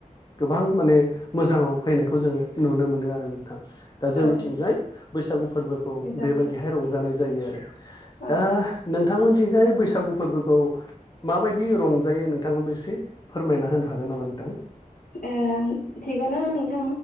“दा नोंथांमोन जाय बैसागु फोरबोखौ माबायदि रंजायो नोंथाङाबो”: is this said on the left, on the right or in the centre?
Left